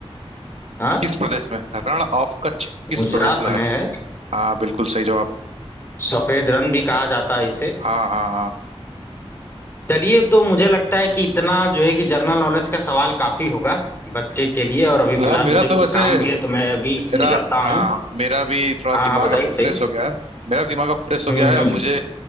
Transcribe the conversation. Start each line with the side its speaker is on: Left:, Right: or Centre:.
Left: हाँ
Right: किस प्रदेश में है? रण ऑफ कच्छ किस
Left: गुजरात
Right: प्रदेश में
Left: में
Right: है
Left: है
Right: हाँ बिल्कुल सही जवाब
Left: सफेद रण भी कहा जाता है इसे
Right: हाँ हाँ हाँ
Left: चलिए तो मुझे लगता है कि इतना जो है कि जनरल नॉलेज का सवाल काफी होगा बच्चे के लिए और अभी
Right: हाँ
Left: फिलहाल
Right: मेरा
Left: मुझे
Right: तो
Left: कुछ
Right: वैसे
Left: काम भी है तो मैं अभी
Right: मेरा
Left: निकलता
Right: हाँ
Left: हूँ
Right: मेरा भी थोड़ा
Left: हाँ
Right: दिमाग
Left: हाँ बताइए
Right: अब
Left: बताइए
Right: फ्रेश हो गया है मेरा दिमाग अब फ्रेश हो
Left: हम्म
Right: गया है
Left: हम्म
Right: अब मुझे